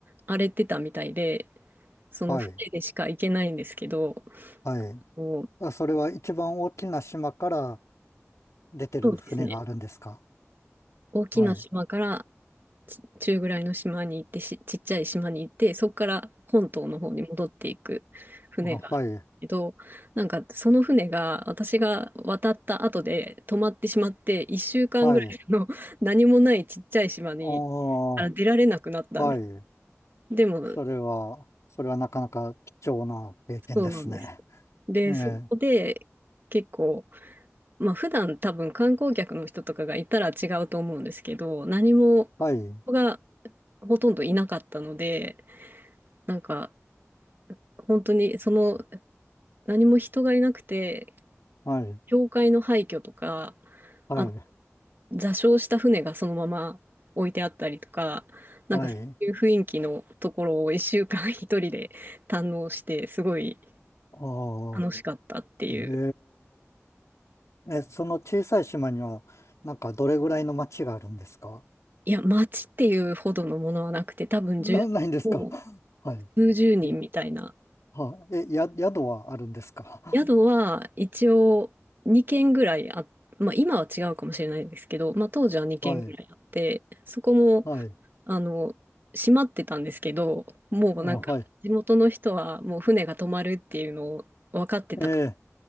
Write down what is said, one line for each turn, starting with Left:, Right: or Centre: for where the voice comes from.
Right: 荒れてたみたいで、その船でしか行けないんですけど、
Left: はい。はい。
Right: もう
Left: あ、それは一番大きな島から出てる船があるんですか
Right: そうですね。大きな島から
Left: はい。
Right: ち中ぐらいの島に行ってし、ちっちゃい島に行って、そこから本島の方に戻っていく船があるんですけど、
Left: あ、はい。
Right: なんかその船が私が渡った後で止まってしまって、1週間ぐらいの
Left: はい。
Right: <laughs> 何もないちっちゃい島にから出られなくなったんです。
Left: おー、はい。
Right: でも、
Left: それは、それはなかなか貴重な経験ですね。
Right: そうなんです。で、
Left: ねえ。
Right: そこで結構、まあ普段多分観光客の人とかがいたら違うと思うんですけど、何も
Left: はい。
Right: 人がほとんどいなかったので、なんか本当にその何も人がいなくて、
Left: はい。
Right: 教会の廃墟とか、
Left: はい。
Right: あ、座礁した船がそのまま置いてあったりとか、なんかそういう雰囲気のところを一週間
Left: はい。
Right: <laughs> 一人で堪能して、すごい
Left: おー。
Right: 楽しかったっていう。
Left: ええ。え、その小さい島には、なんかどれぐらいの町があるんですか
Right: いや、街っていうほどのものはなくて、多分十、
Left: な、ないんですか。
Right: もう
Left: <laughs> は
Right: 数十人みたいな。
Left: い。いは、え、や、宿はあるんですか。
Right: 宿は一応2軒ぐらいあ、
Left: <laughs>
Right: まあ今は違うかもしれないですけど、まあ当時は2軒ぐらいあって、
Left: はい。
Right: そこも、
Left: はい。
Right: あの、閉まってたんですけど、もうなんか地元の人はもう船が止まるっていうのを分かってたから、
Left: あ、はい。ええ、